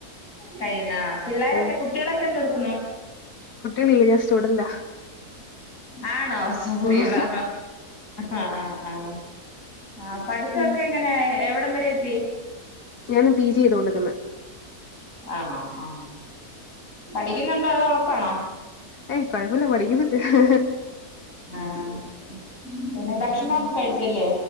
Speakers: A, on the left; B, on the left.
A: കഴിഞ്ഞു പിള്ളോരൊക്കെ
B: ഉം
A: കുട്ടികളൊക്കെ എന്തെടുക്കുന്നു
B: കുട്ടികളില്ല ഞാൻ സ്റ്റുഡന്റ
A: ആണോ സോറിയടാ
B: ഉം
A: ആഹ ആ പഠിത്തൊക്കെ
B: ഉം
A: എങ്ങനെ എവിടം വരെ എത്തി
B: ഞാൻ പി ജി ചെയ്തോണ്ടിരിക്കന്ന്
A: ആണോ ആ പഠിക്കുന്നുണ്ടോ അതോ ഉളപ്പാണോ
B: ഏയ് കുഴപ്പില്ല പഠിക്കുന്നുണ്ട്
A: ആഹ് പിന്നെ ഭക്ഷണം ഒക്ക കഴിച്ചില്ലേ